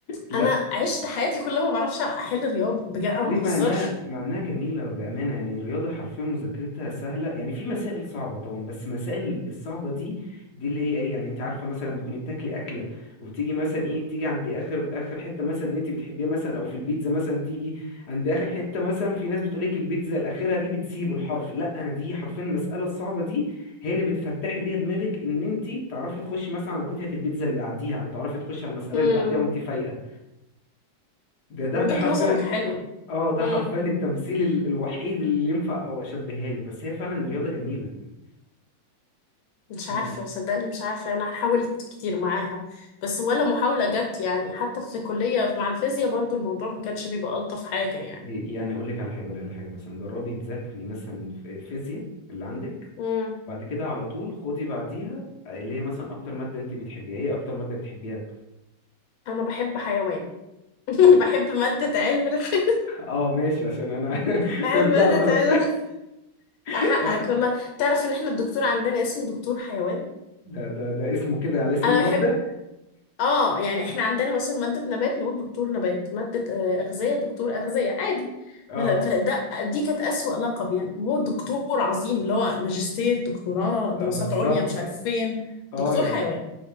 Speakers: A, on the left (about 55°); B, on the left (about 85°).
A: لا
B: أنا عشت حياتي كلها ما بعرفش أحل الرياضة بجد أنا
A: ليه
B: ما بهزرش
A: معناه معناه جميلة بأمانة يعني الرياضة حرفيا مذاكرتها سهلة يعني في مسائل صعبة طبعا بس مسائل الصعبة دي دي اللي هي ايه يعني انت عارفة مثلا لما تكوني بتاكلي أكلة وبتيجي مثلا ايه بتيجي عند آخر آخر حتة مثلا اللي انت بتحبيها مثلا أو في البيتزا مثلا تيجي عند آخر حتة مثلا في ناس بتقولك البيتزا الأخيرة دي بتسيبه الحرف لا أنا دي حرفيا المسألة الصعبة دي هي اللي بتفتحي بيها دماغك إن انت تعرفي تخشي مثلا على قطعة البيتزا اللي بعديها أو تعرفي تخشي على المسألة
B: امم
A: اللي بعديها وانت فايقة ده ده
B: وجهة
A: ده حرفيا
B: نظرك حلوة
A: اه ده
B: امم
A: حرفيا التمثيل ال- الوحيد اللي ينفع او اشبهها لك بس هي فعلا رياضه جميله يعني
B: مش
A: يعني
B: عارفة صدقني مش عارفة أنا حاولت كتير معاها بس ولا محاولة جت يعني حتى في كلية مع الفيزياء برضو الموضوع ما كانش بيبقى ألطف حاجة يعني
A: يعني يعني اقول لك على حاجه اقول لك على حاجه مثلا جربي تذاكري مثلا في فيزياء اللي عندك
B: امم
A: بعد كده على طول خدي بعديها اللي هي مثلا اكتر ماده انت بتحبيها ايه اكتر ماده بتحبيها
B: أنا بحب حيوان <laughs>
A: ل-
B: بحب مادة علم الحيوان <laughs>
A: اه ماشي عشان انا <laughs>
B: بحب
A: فهمتها
B: مادة
A: غلط
B: علم
A: <laughs>
B: أحقق والله تعرف إن إحنا الدكتور عندنا اسمه دكتور حيوان
A: ده ده ده اسمه كده على اسم
B: أنا
A: الماده
B: بحب آه يعني إحنا عندنا مثلا مادة نبات نقول دكتور نبات مادة آه، أغذية دكتور أغذية عادي
A: اه
B: ف- فده دي كانت أسوأ لقب يعني هو دكتور عظيم اللي هو ماجستير دكتوراه دراسات
A: آه، بالظبط
B: عليا مش عارف فين
A: اه
B: دكتور
A: يعني
B: حيوان